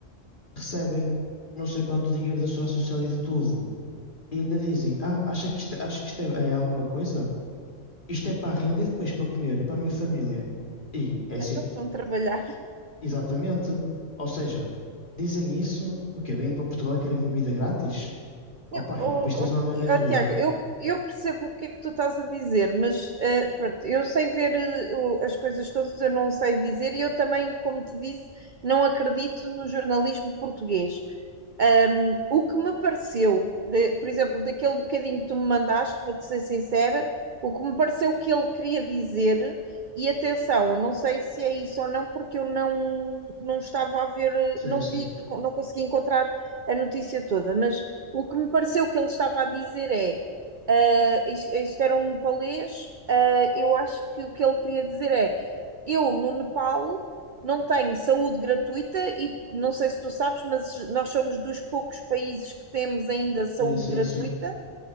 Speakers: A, on the left; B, on the right.
A: recebem não sei quanto dinheiro da Segurança Social e de tudo, e ainda dizem, ah, acha que isto, acho que isto é, é alguma coisa? Isto é para a renda e depois para comer e para a minha família. E é assim,
B: Então vão trabalhar.
A: exatamente. Ou seja, dizem isso, o quê? Vêm para Portugal e querem uma vida grátis?
B: Não,
A: Opa,
B: oh,
A: e depois tens
B: oh,
A: o André Ventura.
B: oh, Tiago, eu,
A: Hum,
B: eu percebo o que é que tu estás a dizer, mas eh, pronto, eu sei ver eh, as coisas todas, eu não sei dizer, e eu também, como te disse, não acredito no jornalismo português. Um, o que me pareceu, de- por exemplo, daquele bocadinho que tu me mandaste, vou-te ser sincera, o que me pareceu que ele queria dizer, e atenção, não sei se é isso ou não, porque eu não, não estava a ver, eh,
A: Sim,
B: não
A: sim.
B: vi, não consegui encontrar a notícia toda, mas o que me pareceu que ele estava a dizer é. ah, isto, isto era um nepalês, ah, eu acho que o que ele queria dizer é: eu no Nepal não tem saúde gratuita e não sei se tu sabes, mas nós somos dos poucos países que temos ainda saúde
A: Sim, sim,
B: gratuita.
A: sim.